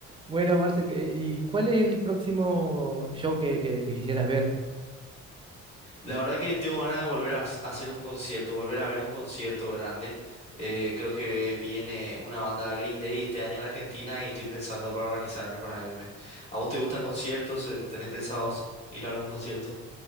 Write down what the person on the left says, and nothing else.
La verdad que tengo ganas de volver a s- a hacer un concierto, volver a ver un concierto grande. Eh, creo que viene una banda Green Day este año en Argentina y estoy pensando para organizarme para irme. ¿A vos te gustan conciertos? Eh, ¿Tenés pensado s- ir a algún concierto?